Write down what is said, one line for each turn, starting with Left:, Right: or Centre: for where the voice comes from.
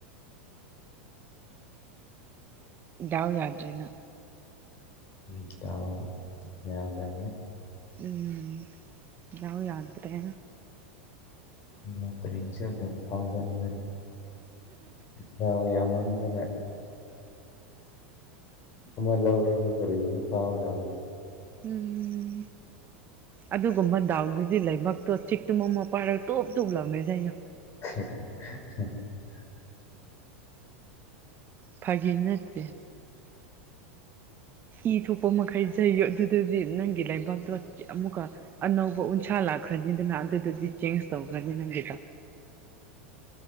Right: ꯗꯥꯎ ꯌꯥꯗꯅ
Left: ꯎꯠꯇ ꯌꯥꯗꯅꯤꯅꯤ
Right: ꯎꯝ ꯌꯥꯎ ꯌꯥꯗ꯭ꯔꯦ
Left: ꯂꯇꯔꯤꯦꯟꯁ ꯑꯗꯨꯗꯧꯕ ꯊꯥꯎꯒꯅꯤꯗꯅꯤ ꯍ ꯌꯥꯝꯃꯗꯅ ꯃꯔꯁꯨꯔꯤ ꯐꯥꯗ
Right: ꯎꯝ ꯑꯗꯨꯒꯨꯝꯕ ꯗꯥꯎꯗꯨꯗꯤ ꯂꯩꯕꯛꯇꯣ ꯆꯤꯛꯇꯨꯝ ꯑꯃ ꯄꯥꯏꯔꯒ ꯇꯣꯞ ꯇꯣꯞ ꯂꯥꯎꯅꯖꯩꯣ
Left: <unintelligible>
Right: ꯐꯒꯦ ꯅꯆ ꯏ ꯊꯣꯛꯄ ꯃꯈꯩ ꯂꯩꯩꯨ ꯑꯗꯨꯗꯗꯤ ꯅꯪꯒꯤ ꯂꯩꯕꯥꯛꯇꯣ ꯑꯃꯨꯛꯀ ꯑꯅꯧꯕ ꯎꯟꯁꯥ ꯂꯥꯛ ꯈꯖꯗ ꯅꯥꯟꯗꯗꯗꯤ ꯆꯦꯟꯖ ꯇꯧ ꯈꯖꯪꯗ